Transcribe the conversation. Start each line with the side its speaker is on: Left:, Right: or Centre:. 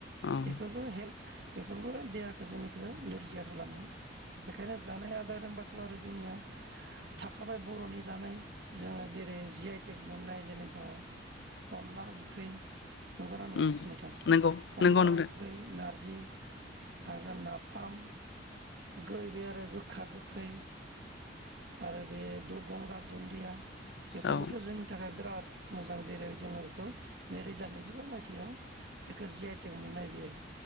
Left: औ
Right: बेफोरबो हेल्प बेफोरबो देहाखौ जोंनिखो लोरजिया खालामो बेखायनो जानाय आदार होनबाथ आरो जोंनिया थाखाबाय बरनि जानाय जोङो जेरै जि आइ टेक मोननाय जेनेबा अनला ओंख्रै नंगोना नङा
Left: उम नंगौ
Right: अनला
Left: नंगौ नोंथां
Right: ओंख्रै ना नारजि आरो नाफाम गो इबे आरो गोखा गोखै आरो बे द गंगार दुन्दिया बेफोरखौथ
Left: औ
Right: जोंनि थाखाय बेराद मोजां जेरै जोङो बेखौ नैरोजा नैजिबा मायथाइयाव बेखौ जि आ इटेक मोननाय बेयो